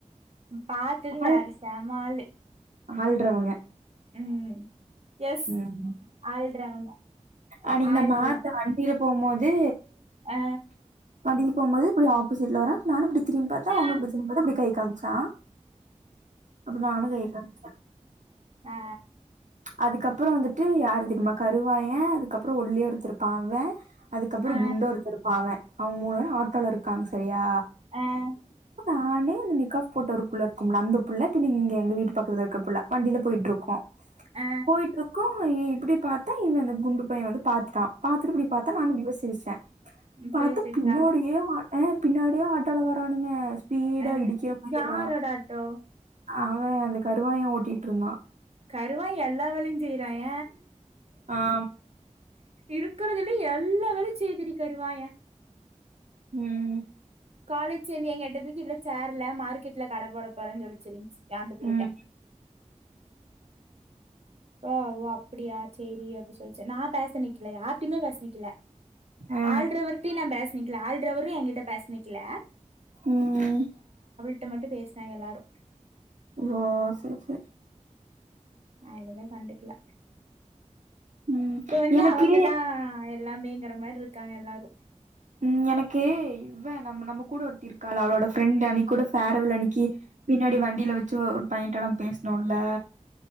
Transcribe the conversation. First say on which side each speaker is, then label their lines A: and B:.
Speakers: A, on the right; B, on the right.
A: பாத்தது
B: ஆள்
A: வேற செம்மா ஆலு
B: ஆள்றவங்க
A: ம் எஸ்
B: உம்
A: ஆள்றவங்க
B: அன்னிக்கி
A: ஆள்றவங்க
B: நம்ம ஆட்டோ வண்டிலப் போமோது
A: ஆ
B: வண்டில்ல போமோது இப்படி ஆப்போஸ் இதுலவரா நானுப் இப்படி திரும்பாத்தா அவனு
A: ஆ
B: இப்படி திரும்பாத்தா அப்டி கை காம்ச்சா அப்போ நானு கை காம்ச்ச
A: ஆ
B: அதுக்கப்பறோ வந்துட்டு யாரு தெருமா கருவாயன் அதுக்கப்பறோ ஒல்லியா ஒருத்த இருப்ப அவ அதுக்கப்பற
A: ஆ
B: குண்டா ஒருத்த இருப்ப அவ அவங்க மூணு பேரும் ஆட்டோல இருக்காங் சரியா
A: ஆ
B: நானே அந்த நிக்காஸ் போட்ட ஒரு புள்ள கும்ல அந்த புள்ள பின் இங்க எங்க வீட்டு பக்குதுல இருக்க புள்ள வண்டில போய்ட்ருக்கோ
A: ஆ
B: போய்ட்ருக்கோ இவ ஏன் இப்புடி பாத்தா இவன் அந்த குண்டு பைய வந்து பாத்ட்டுடா பாத்துட்டு இப்புடி பாத்தா நானு பியோ சிருச்சிட்ட பாத்து
A: பேசுச்சா
B: பின்னாடியே வர் ஆ பின்னாடியே ஆட்டாலோ வரானுங்க ஸ்பீடா
A: ஆ
B: இடிக்கிற மாரிலா
A: யாரோட ஆட்டோ
B: அவ அந்த கருவாய ஓட்டிட்ருந்தா
A: கருவாய் எல்லா வேலையு செய்றாய
B: ஆம்
A: இருக்குறதுலி எல்லா வேலியு செய்துடி கருவாய
B: உம்
A: காலேஜ் சேந்தியா கேட்டத்துக்கு இல்ல சேரில்ல மாருகெட்ல கட போட போறே சொல்லுச்சிரின்ஸ் ஏன்ட்ட புள்ளிட்ட
B: ம்
A: தா ஓ அப்பிடியா சேரி அப்டி சொல்ச்சு நா பேச நிக்ல யார்ட்டியுமே பேசனிக்கல
B: ஆ
A: ஆல்ரவர்ட்யு நா பேஸ் பிங்குல ஆள்ரவரு என்கிட்ட பேச நிக்கல
B: உம்
A: கிட்ட மட்டு பேஸ்னாங்க எல்லாரு
B: ஓ சேரி சேரி
A: நா எதுமே கண்டுக்குல
B: ம்
A: இப்ப வந்து
B: எனக்கு
A: அவங்கதா எல்லாமே ங்கற மாரு இருக்காங்க எல்லாரு
B: உம் எனக்கு இவ்வ நம் நம்ம கூட ஒருத்தி இருக்கால அவுளோட ஃப்ரெண்டு அன்னிக்கூடோ ஃபேரவல் அன்னிக்கி பின்னாடி வண்டில வச்சு ஒர் பையன்ட்ட நா பேசுனொல்ல